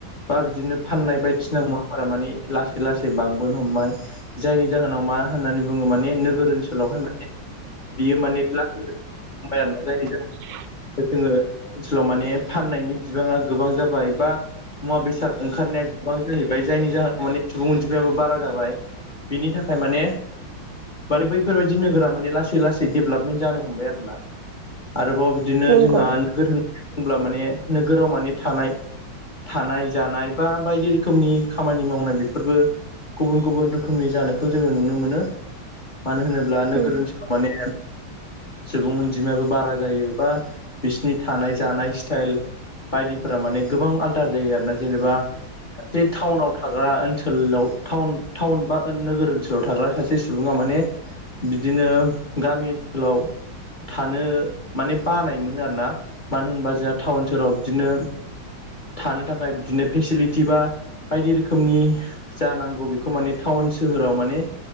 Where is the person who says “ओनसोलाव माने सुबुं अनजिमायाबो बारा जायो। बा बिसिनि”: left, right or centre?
Left